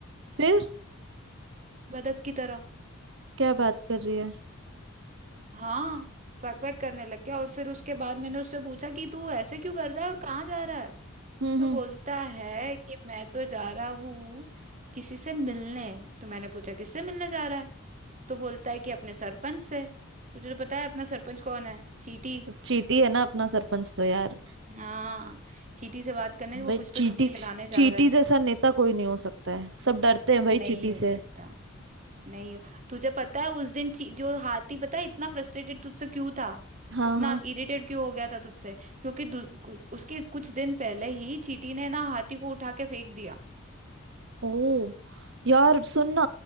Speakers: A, on the right; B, on the right.
A: फिर
B: बतख की तरह
A: क्या बात कर रही है
B: हाँ क्वैक क्वैक करने लग गया और फिर उसके बाद मैंने उससे पूछा कि तू ऐसे क्यों कर रहा है और कहाँ जा रहा है
A: हम्म
B: तो
A: हम्म
B: बोलता है कि मैं तो जा रहा हूँ किसी से मिलने तो मैंने पूछा किससे मिलने जा रहा है तो बोलता है कि अपने सरपंच से तुझे तो पता है अपना सरपंच कौन है चीटी
A: चीटी है ना अपना सरपंच तो यार
B: हाँ चीटी से बात करने वो
A: भाई
B: कुछ तो
A: चीटी
B: चुगली लगाने जा
A: चीटी
B: रहा है
A: जैसा नेता कोई नहीं हो सकता है सब डरते हैं भाई
B: नहीं
A: चीटी से
B: हो सकता नहीं हो तुझे पता है उस दिन ची- जो हाथी पता है इतना फ्रस्ट्रेटेड तुझसे क्यों था
A: हाँ
B: उतना
A: हाँ
B: इरिटेट क्यों हो गया था तुझसे क्योंकि दु- कु- उसके कुछ दिन पहले ही चीटी ने ना हाथी को उठा के फेंक दिया
A: ओ यार सुन ना